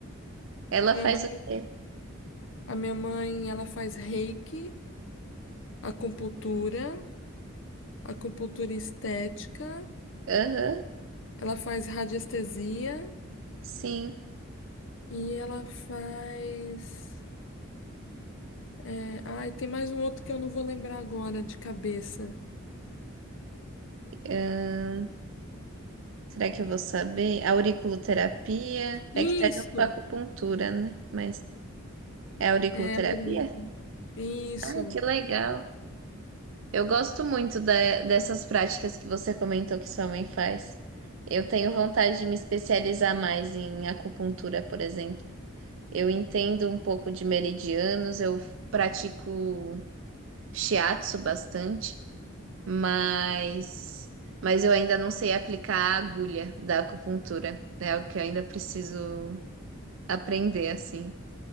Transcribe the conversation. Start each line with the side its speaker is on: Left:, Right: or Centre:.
Right: Ela
Left: minha
Right: faz
Left: mãe,
Right: o quê?
Left: a minha mãe, ela faz reiki, acupuntura, acupuntura estética,
Right: Aham,
Left: ela faz radiestesia
Right: sim.
Left: e ela faz é, ai, tem mais um outro que eu não vou lembrar agora de cabeça.
Right: Ah, Será que eu vou saber? Auriculoterapia.
Left: Isso,
Right: É que tá junto com a acupuntura, né? Mas é auriculoterapia?
Left: é, Aurico, isso.
Right: Ai, que legal. Eu gosto muito da- dessas práticas que você comentou que sua mãe faz. Eu tenho vontade de me especializar mais em acupuntura, por exemplo. Eu entendo um pouco de meridianos, eu pratico shiatsu bastante. mas mas eu ainda não sei aplicar a agulha da acupuntura, né? É O que eu ainda preciso aprender assim.